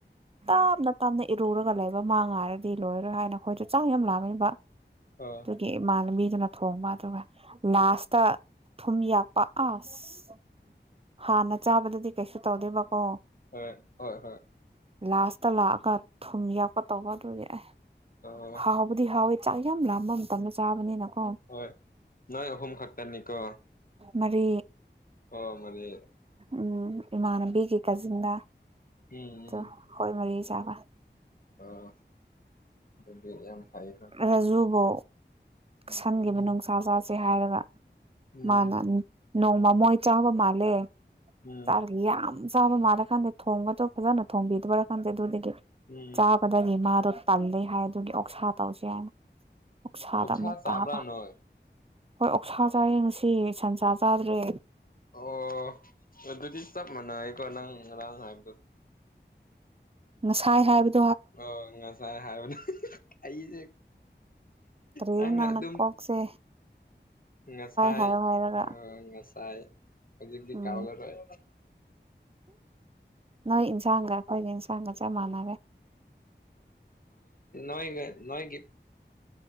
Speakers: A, on the right; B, on the left.
A: ꯇꯥꯞꯅ ꯇꯥꯞꯅ ꯏꯔꯨꯔꯒ ꯂꯩ ꯃꯥ ꯉꯥꯏꯔꯗꯤ ꯂꯣꯏꯔꯔꯣꯏ ꯍꯥꯏꯅ ꯑꯩꯈꯣꯏꯅ ꯆꯥꯛ ꯌꯥꯝ ꯂꯥꯝꯃꯦꯕ
B: ꯑꯣ
A: ꯑꯗꯨꯒꯤ ꯏꯃꯥꯟꯅꯕꯤ ꯑꯗꯨꯅ ꯊꯣꯡꯕ ꯑꯗꯨꯒ ꯂꯥꯁꯇ ꯊꯨꯝ ꯌꯥꯛꯄ ꯑꯁ ꯍꯥꯟꯅ ꯆꯥꯕꯗꯗꯤ ꯀꯩꯁꯨ ꯇꯧꯗꯦꯕꯀꯣ
B: ꯍꯣꯏ ꯍꯣꯏ ꯍꯣꯏ
A: ꯂꯥꯁꯇ ꯂꯥꯛꯑꯒ ꯊꯨꯝ ꯌꯥꯛꯄ ꯇꯧꯕ ꯑꯗꯨꯒꯤ ꯑꯦ
B: ꯑꯣ
A: ꯍꯥꯎꯕꯗꯤ ꯍꯥꯎꯋꯤ ꯆꯥꯛ ꯌꯥꯝ ꯂꯥꯝꯕ ꯃꯇꯝꯗ ꯆꯥꯕꯅꯤꯅꯀꯣ
B: ꯍꯣꯏ ꯅꯣꯏ ꯑꯍꯨꯝ ꯈꯥꯛꯇꯥꯟꯅꯤꯀꯣ
A: ꯃꯔꯤ
B: ꯑꯣ ꯃꯅꯤ
A: ꯎꯝ ꯏꯃꯥꯟꯅꯕꯤꯒꯤ ꯀꯥꯖꯤꯟꯗ
B: ꯎꯝ ꯎꯝ
A: ꯑ ꯍꯣꯏ ꯃꯔꯤ ꯆꯥꯕ
B: ꯑꯣ ꯑꯗꯨꯗꯤ ꯌꯥꯝ ꯐꯩꯌꯦꯀꯣ
A: ꯔꯖꯨꯕꯣ ꯁꯟꯈꯤꯕ
B: ꯎꯝ
A: ꯅꯨꯡꯁꯥ ꯆꯥꯁꯦ ꯍꯥꯏꯔꯒ
B: ꯎꯝ
A: ꯃꯥꯅ ꯅꯣꯡꯃꯃꯣꯏ ꯆꯥꯕ ꯃꯥꯜꯂꯦ
B: ꯎꯝ
A: ꯆꯥꯔ ꯌꯥꯝ ꯆꯥꯕ ꯃꯥꯜꯂꯀꯥꯟꯗ ꯊꯣꯡꯒꯁꯨ ꯐꯖꯅ ꯊꯣꯡꯕꯤꯗꯕꯔ ꯀꯥꯟꯗꯦ ꯑꯗꯨꯗꯒꯤ
B: ꯎꯝ
A: ꯆꯥꯕꯗꯒꯤ ꯃꯥꯗꯣ ꯇꯜꯂꯦ ꯍꯥꯏ ꯑꯗꯨꯒꯤ ꯑꯣꯛꯁꯥ ꯇꯧꯁ ꯍꯥꯏꯅ ꯃꯛꯁꯥꯗ
B: ꯑꯣꯛꯁꯥ
A: ꯑꯃꯨꯛ
B: ꯆꯥꯕ꯭ꯔꯥ
A: ꯇꯥꯕ
B: ꯅꯣꯏ
A: ꯍꯣꯏ ꯑꯣꯛꯁꯥ ꯆꯥ ꯌꯦꯡꯁꯤ ꯁꯟꯁꯥ ꯆꯥꯗ꯭ꯔꯦ
B: ꯑꯣ ꯑꯗꯨꯗꯤ ꯆꯞ ꯃꯥꯟꯅꯩꯀꯣ ꯅꯪ ꯉꯔꯥꯡ ꯍꯥꯏꯕꯗꯣ
A: ꯉꯁꯥꯏ ꯍꯥꯏꯕꯗꯤ
B: ꯑ ꯉꯁꯥꯏ ꯍꯥꯏꯕꯅꯦ ꯑꯩꯁꯦ
A: ꯀꯔꯤꯅꯣ
B: ꯅꯪꯅ ꯑꯗꯨꯝ
A: ꯀꯣꯛꯁꯦ
B: ꯉꯁꯥꯏ
A: ꯍꯥꯏꯌꯣ ꯍꯥꯏꯔꯒ
B: ꯑ ꯉꯁꯥꯏ ꯇꯥꯏ ꯍꯧꯖꯤꯛꯗꯤ
A: ꯎꯝ
B: ꯀꯥꯎꯂ ꯇꯥꯏ
A: ꯅꯣꯏ ꯏꯟꯁꯥꯡꯒ ꯑꯩꯈꯣꯏꯒ ꯏꯟꯁꯥꯡꯒ ꯆꯞ ꯃꯥꯟꯅꯔꯦ
B: ꯣꯏꯒ ꯅꯣꯏꯒ